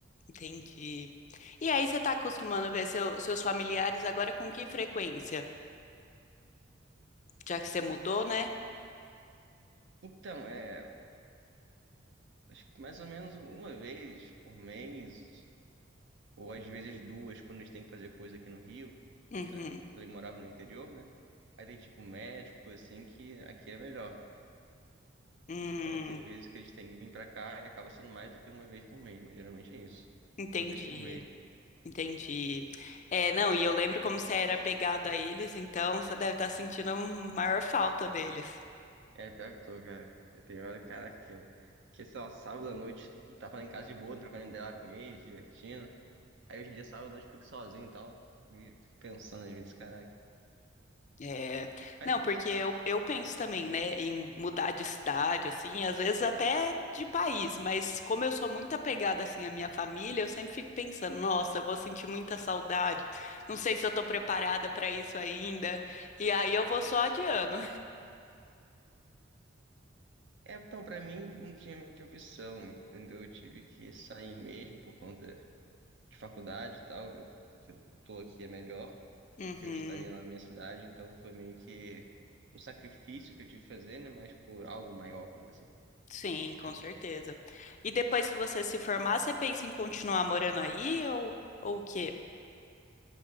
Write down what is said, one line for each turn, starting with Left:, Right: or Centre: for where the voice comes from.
Left: entendi. E aí, você tá acostumando ver seu- seus familiares agora com que frequência? Já que você mudou, né?
Right: Então, é, acho que mais ou menos uma vez por mês, ou às vezes duas quando eles têm que fazer coisa aqui no Rio,
Left: Uhum.
Right: porque eh, ele morava no interior, né? Aí tem tipo médico, coisa assim, que aqui é melhor. né?
Left: Hum,
Right: Então tem vezes que eles têm que vir pra cá e acaba sendo mais do que uma vez por mês, mas geralmente é isso.
Left: entendi.
Right: Uma vez por mês.
Left: Entendi. É, não, e eu lembro como você era apegado a eles, então você deve estar sentindo a maior falta deles.
Right: É, pior que tô, cara. Eu tenho hora, cara, que, que sei lá, sábado à noite, tava lá em casa de boa, trocando ideia lá com eles, divertindo. Aí hoje em dia, sábado à noite, fico sozinho e tal, me pensando às vezes, caraca.
Left: É,
Right: Mas
Left: não, porque eu, eu penso também, né, em mudar de cidade, assim, às vezes até de país, mas como eu sou muito apegada, assim, à minha família, eu sempre fico pensando, nossa, eu vou sentir muita saudade, não sei se eu tô preparada para isso ainda, e aí eu vou só adiando.
Right: É, então, pra mim não tinha meio que opção, entendeu? Eu tive que sair mesmo por conta de faculdade e tal, eu, que eu tô aqui é melhor,
Left: <laughs>
Right: que eu estaria lá na minha cidade, então foi meio que um sacrifício que eu tive que fazer, né? Mas por algo maior, vamos dizer assim,
Left: Sim, com
Right: né?
Left: certeza. E depois que você se formar, você pensa em continuar morando aí ou, ou o quê?